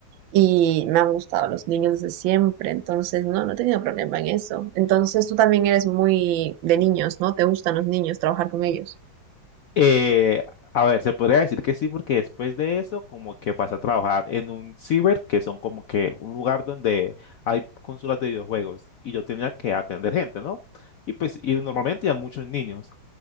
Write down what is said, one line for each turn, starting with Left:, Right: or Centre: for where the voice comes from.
Right: y me han gustado los niños desde siempre, entonces no, no he tenido problema en eso. Entonces tú también eres muy de niños, ¿no? ¿Te gustan los niños, trabajar con ellos?
Left: Eh, a ver, se podría decir que sí, porque después de eso, como que pasé a trabajar en un ciber, que son como que un lugar donde hay consolas de videojuegos, y yo tenía que atender gente, ¿no? Y pues, y normalmente hay muchos niños.